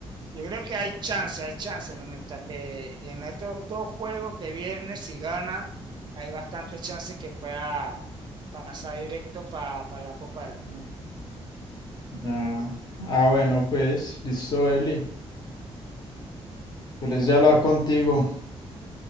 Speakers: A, on the right; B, on the left.
A: yo creo que hay chance, hay chance, ¿no? Mientras que en estos dos juegos que vienen, si gana, hay bastante chance que pueda pasar directo para la Copa del Mundo.
B: Ah, ah, bueno, pues, listo, Eli. Feliz de hablar contigo.